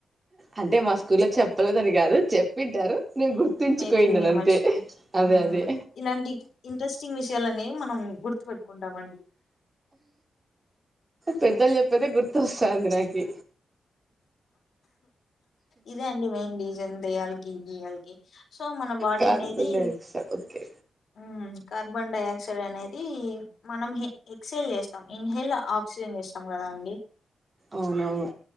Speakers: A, on the right; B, on the left.
A: అంటే మా స్కూల్ లో చెప్పలేదని కాదు చెప్పింటారు నేను గుర్తుంచుకోయిన్నాను
B: మేబీ నేను
A: అంతే
B: మర్చిపోయి
A: అదే
B: ఉమ్
A: అదే
B: ఇలాంటి ఇంట్రెస్టింగ్ విషయాలనే మనం గుర్తు పెట్టుకుంటామండి
A: పెద్దలు చెప్పేదే గుర్తొస్తుంది నాకి
B: ఇదే అండి మెయిన్ రీజన్ దేయాలకి గియాలకి సో మన బాడీ
A: కార్బన్
B: అనేది
A: డైఆక్సైడ్ ఓకే
B: హ్మ్ కార్బన్ డై ఆక్సిడె అనేది మనం ఎక్సేల్ చేస్తాం ఇన్హేల్ ఆక్సిజన్ చేస్తాం కదా అండి
A: అవునవును